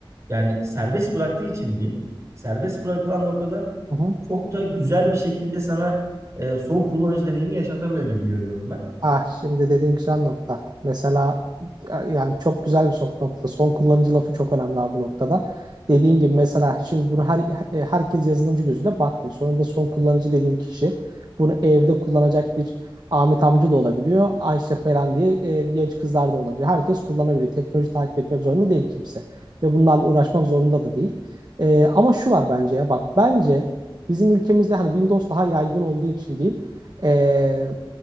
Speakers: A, on the right (about 35°); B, on the right (about 50°).
A: yani serbest bıraktığı için diyeyim. Serbest bırakılan noktada
B: Hı hı.
A: çok da güzel bir şekilde sana e, son kullanıcı deneyimi yaşatamıyor gibi görüyorum ben.
B: Ah şimdi dediğin güzel nokta. Mesela e, yani çok güzel bir sok nokta. Son kullanıcı lafı çok önemli abi bu noktada. Dediğin gibi mesela şimdi bunu her e, herkes yazılımcı gözüyle bakmıyor. Sonra da son kullanıcı dediğin kişi bunu evde kullanacak bir Ahmet amca da olabiliyor. Ayşe falan diye e, genç kızlar da olabiliyor. Herkes kullanabiliyor. Teknoloji takip etmek zorunda değil kimse. Ve bunlarla uğraşmak zorunda da değil. E, ama şu var bence ya bak bence bizim ülkemizde hani Windows daha yaygın olduğu için diyeyim. E,